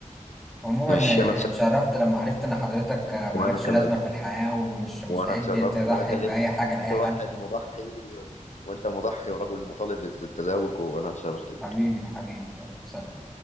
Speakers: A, in the centre; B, on the left (about 60°).
A: عموما
B: انا مش انا اتشرفت
A: آه، اتشرفت لما عرفت ان حضرتك آه، مالكش
B: وانا كمان
A: لازمة في الحياة ومش مستعد
B: وانا اتشرفت
A: تضحي
B: ان انا كلمت
A: بأي حاجة لأي حد
B: واحد مضحي و... وانت مضحي ورجل مطالب بالتزاوج وانا اتشرفت بيك
A: حبيبي حبيبي يلا، سلام